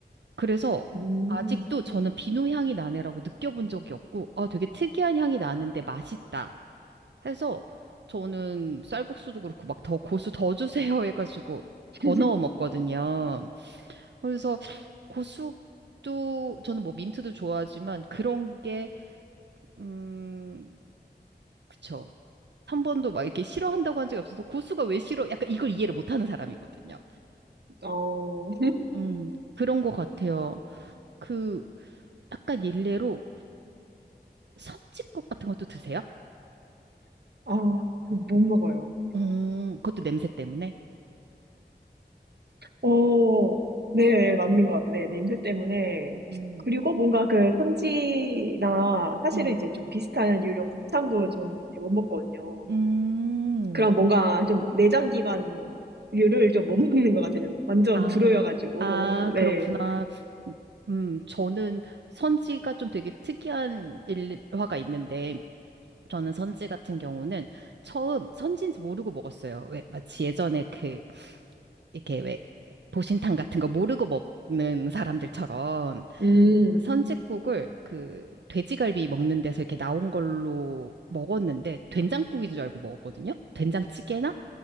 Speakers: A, on the right; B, on the right.
A: 그래서
B: 음.
A: 아직도 저는 비누 향이 나네라고 느껴본 적이 없고 아 되게 특이한 향이 나는데 맛있다. 해서 저는 쌀국수도 그렇고 막 더 고수 더 주세요 <laughs> 해가지고
B: <laughs>
A: 더 넣어 먹거든요. 그래서 고수도 저는 뭐 민트도 좋아하지만 그런 게 음, 그쵸. 3번도 막 이렇게 싫어한다고 한 적이 없어서 고수가 왜 싫어? 약간 이걸 이해를 못하는 사람이거든요.
B: 어,
A: 음, 그런 것 같아요. 그 약간 일례로 선짓국 같은 것도 드세요?
B: 아, 못 먹어요.
A: 음, 그것도 냄새 때문에.
B: 어, 네, 맞는 것 같아요. 네, 냄새 때문에.
A: 음.
B: 그리고 뭔가 그 선지나 사실은
A: 음.
B: 이제 좀 비슷한 유료 곱창도 좀 못 먹거든요.
A: 음.
B: 그런 뭔가 좀 내장기관류를 좀 못 <laughs> 먹는 것 같아요. 완전
A: 아,
B: 불호여가지고.
A: 아, 그렇구나.
B: 네.
A: 음, 저는 선지가 좀 되게 특이한 일화가 있는데, 저는 선지 같은 경우는 처음 선지인지 모르고 먹었어요. 왜, 마치 예전에 그, 이렇게 왜, 보신탕 같은 거 모르고 먹는 사람들처럼
B: 음.
A: 선지국을 그 돼지갈비 먹는 데서 이렇게 나온 걸로 먹었는데 된장국인 줄 알고 먹었거든요. 된장찌개나